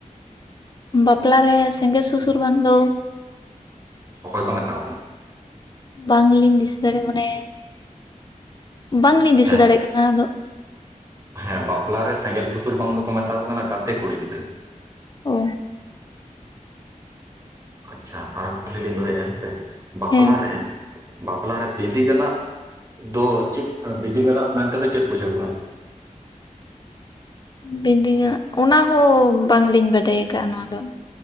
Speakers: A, on the left; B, on the right.
A: ᱵᱟᱯᱞᱟ ᱨᱮ ᱥᱮᱸᱜᱮᱞ ᱥᱩᱥᱩᱨ ᱵᱟᱱ ᱫᱚᱼᱼ
B: ᱚᱠᱚᱭ ᱠᱚ ᱢᱮᱛᱟ ᱠᱚ ᱠᱟᱱᱟ
A: ᱵᱟᱝ ᱞᱤᱧ ᱫᱤᱥᱟᱹ ᱫᱟᱲᱮᱭᱟᱜᱼᱟ ᱢᱟᱱᱮ ᱵᱟᱝᱞᱤᱧ ᱫᱤᱥᱟᱹ
B: ᱦᱮᱸ
A: ᱫᱟᱲᱮᱭᱟᱜ ᱠᱟᱱᱟ ᱟᱫᱚᱼᱼ
B: ᱦᱮᱸ ᱵᱟᱯᱞᱟ ᱨᱮ ᱥᱮᱸᱜᱮᱞ ᱥᱩᱥᱩᱨ ᱵᱟᱝ ᱫᱚᱠᱚ ᱢᱮᱛᱟ ᱠᱚ ᱠᱟᱱᱟ ᱜᱟᱛᱮ ᱠᱩᱲᱤ ᱜᱤᱫᱽᱨᱟᱹ ᱾
A: ᱚ
B: ᱟᱪᱷᱟ ᱟᱨᱦᱚᱸ ᱠᱩᱠᱞᱤ ᱞᱤᱧ ᱫᱚᱦᱚᱭᱮᱫᱼᱟ ᱦᱮᱸᱥᱮ ᱵᱟᱯᱞᱟᱨᱮ
A: ᱦᱮᱸ
B: ᱵᱟᱯᱞᱟᱨᱮ ᱵᱤᱫᱤᱜᱟᱱᱟᱜ ᱫᱚ ᱪᱮᱫ ᱵᱤᱫᱤᱜᱟᱱᱟᱜ ᱢᱮᱱᱛᱮᱫᱚ ᱪᱮᱫ ᱵᱩᱡᱷᱟᱹᱜᱚᱜᱼᱟ?
A: ᱵᱤᱱᱫᱤ ᱜᱟᱱᱟᱜ ᱚᱱᱟ ᱦᱚᱸ ᱵᱟᱝᱞᱤᱧ ᱵᱟᱰᱟᱭ ᱟᱠᱟᱫᱼᱟ ᱱᱚᱣᱟ ᱫᱚ ᱾